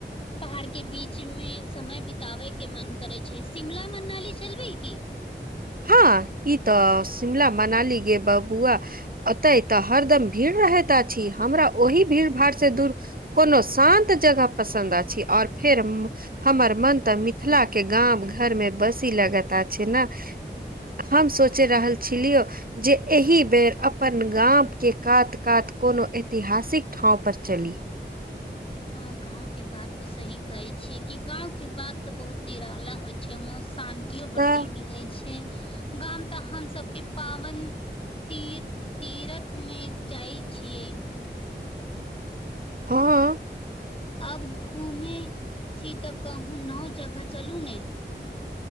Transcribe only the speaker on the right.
हँ ई तऽ शिमला मनाली गे बबुआ ओतेय तऽ हरदम भीड़ रहैत अछि हमरा ओहि भीड़ भाड़ से दूर कोनो शान्त जगह पसन्द अछि आओर फेर हमर मन तऽ मिथिला केँ गाम घर मे बसी लगत अछि नऽ हम सोचि रहल छलियौ जे एहि बेर अपन गाम केँ कात कात कोनो ऐतिहासिक ठाँव पर चली
तऽ
हँ